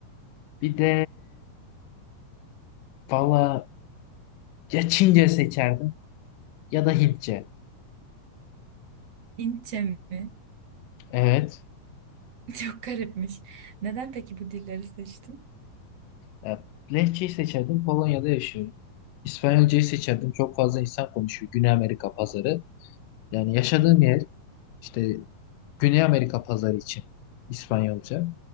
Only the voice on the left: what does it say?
Bir de Valla Ya Çince seçerdim ya da Hintçe.
Evet.
Ya, Lehçeyi seçerdim. Polonya'da yaşıyorum. İspanyolcayı seçerdim. Çok fazla insan konuşuyor. Güney Amerika pazarı. Yani yaşadığım yer işte Güney Amerika pazarı için İspanyolca.